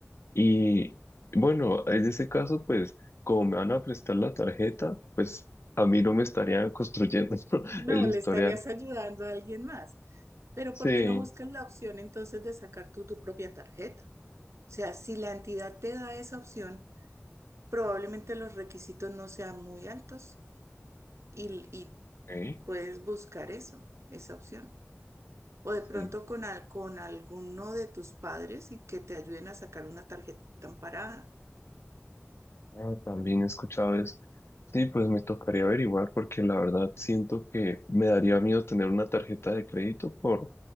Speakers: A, on the left; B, on the right.
A: Y bueno, en ese caso, pues, como me van a prestar la tarjeta, pues a mí no me estarían construyendo <laughs>
B: No,
A: el
B: le
A: historial.
B: estarías ayudando a alguien más. Pero
A: Sí,
B: ¿por qué no buscas la opción entonces de sacar tú tu propia tarjeta? O sea, si la entidad te da esa opción, probablemente los requisitos no sean muy altos y, y
A: ok,
B: puedes buscar eso, esa opción. O
A: sí.
B: de pronto con, al- con alguno de tus padres y que te ayuden a sacar una tarjeta amparada.
A: Ah, también he escuchado eso. Sí, pues me tocaría averiguar porque la verdad siento que me daría miedo tener una tarjeta de crédito por,